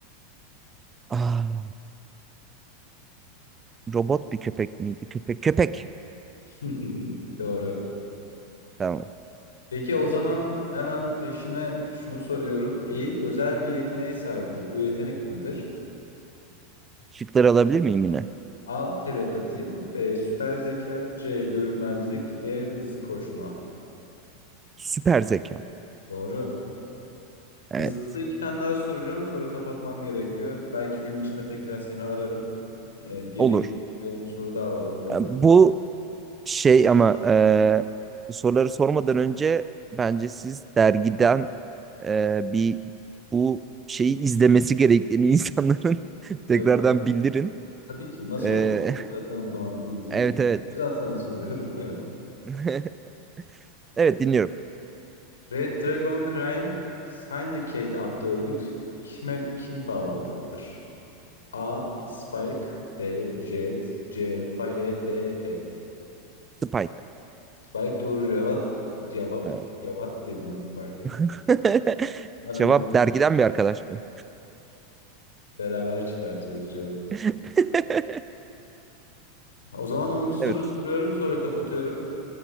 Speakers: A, on the right (about 20°); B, on the left (about 70°).
A: Ah, robot bir köpek miydi? Köpek. Köpek.
B: <laughs> Doğru.
A: Tamam.
B: Peki o zaman hemen peşine şunu soruyorum. Eğin özel bir yeteneğe sahiptir. Bu yetenek nedir?
A: Şıkları alabilir miyim yine?
B: A. Telepati. B. Süper zeka. C. Görünmezlik. D. Hızlı koşma.
A: Süper zeka.
B: Doğru.
A: Evet.
B: Hızlı da iki tane daha soracağım. Sonra kapatmam gerekiyor. Belki gün içinde tekrar seni ararım. Yani gerek
A: Olur.
B: 10 soru daha var onları
A: E,
B: da.
A: Bu Şey ama e, bu soruları sormadan önce bence siz dergiden e, bir bu şeyi izlemesi gerektiğini insanların <laughs> tekrardan
B: Tabii, tabii.
A: bildirin.
B: Tabii ki. Nasıl
A: E,
B: olacak zaten o zaman quiz'i
A: <laughs> evet
B: yani.
A: evet.
B: O yüzden sana soruyorum ya.
A: <laughs> Evet dinliyorum.
B: Red Dragon Crime Syndicate adlı örgüt kime kim bağlantılıdır? A. Spike B. Jet C. Faye D. Ed
A: Spike.
B: Spike doğru cevap. Cevap.
A: Evet.
B: Cevap dedim fark ettim.
A: <laughs>
B: Ben
A: Cevap
B: o
A: dergiden bir arkadaş mı?
B: beraber çıkartıyoruz cevap.
A: <laughs>
B: O zaman onuncu soru
A: Evet.
B: soruyorum sonra kapatıyorum.